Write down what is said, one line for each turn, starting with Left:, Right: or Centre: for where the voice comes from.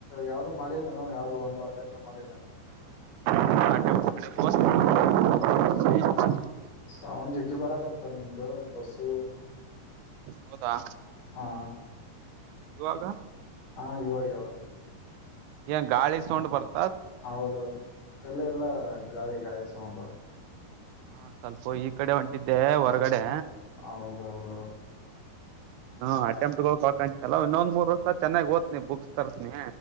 Left: ಯಾವವು್ದು ಮಾಡಿಲ್ಲನ ಯಾವ್ದೋ ಒಂದು ಅಟೆಂ ಮಾಡಿಲ್ಲನ
Right: <unintelligible>
Left: ಅವೌಂಡ ಜಿಗ್ಗಿ ಬರಕತ್ತ ನಿಮ್ದು ಬಸ್ಸು
Right: ಹೌದಾ
Left: ಹಾ
Right: ಯುವಾಗ
Left: ಹಾಂ ಇವಾಗಳು
Right: ಏನ್ ಗಾಳಿ ಸೌಂಡ್ಬರ್ತ
Left: ಹೌದೌದು ಎಲ್ಲ ಎಲ್ಲಾ ಗಾಳಿ ಗಾಳಿ ಸೌಂಡರು
Right: ಹಾ ಸ್ವಲ್ಪ ಈ ಕಡೆ ಹೊಂಟಿದ್ದೆ ಹೊರಗಡೆ
Left: ಹೌದೌದೌ
Right: ಹಾ ಅಟೆಂಪ್ಟ್ಕ್ ಹಕಂತಲ್ಲ ಇನ್ನೊಂದ್ ಮೂರ್ ವರ್ಷ ಚೆನ್ನಾಗಿ ಓ್ನಿ ಬುಕ್ಸ್ ತರ್ತನಿ